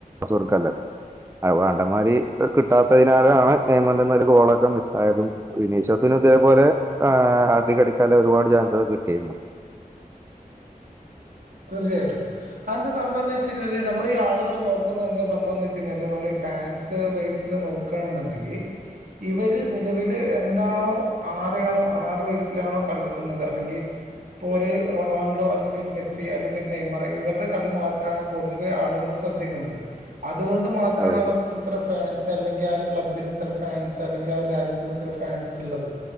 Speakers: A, on the right; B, on the right.
A: സ്വാർഗല്ലെ ന്നുതിപ്പോ ആണ്ടമാതിരി ക് കിട്ടാത്തതിനാലാണ് നെയ്മറിന്റെയീന്ന് ഒരു ഗോളൊക്കെ മിസ്സായതും വിനി ശാസ്ന് അതേപോലെ ആ ഹാടി കടിക്കാലെ ഒരുപാട് ചാൻ സൊക്കെ കിട്ടിയിരുന്നു
B: തീർച്ചയായിട്ടും അതെന്താ സംഭവോന്നെച്ച്ഴിഞ്ഞാല് നമ്മള് ഈ ആളുകള് നോക്കുന്നതെന്താ സംഭവോ ന്നെച്ച് കഴിഞ്ഞാല് നമ്മളീ ഫാൻസ് ബേസില് നോക്കാണെന്നുണ്ടെങ്കി ഇവര് നിലവില് എന്താണോ ആ അറിയണോ ആറ് വയസിലാണോ കളിക്കുന്നത് അല്ലെങ്കി ഇപ്പ ഒര് റൊണാൾഡോ അല്ലെങ്കി ഒരു മെസ്സി പി എ അല്ലെങ്കിൽ നെയ്മറ് ഇവരുടെ കളി മാത്രാണ് പൊ തുവെ ആളുകൾ ശ്രദ്ധിക്കുന്നത് അത് അതുകൊണ്ട് മാത്രാണ്
A: അതെ
B: അവർക്ക്
A: അതെ
B: ഇത്ര ഫാൻസ് അതല്ലെങ്കിൽ ആ ഒരു ക്ലബ്ബന് ഇത്ര ഫാൻസ് അല്ലെങ്കി ആ രാജ്യത്തിന് ഇത്ര ഫാൻസ് ഉള്ളത്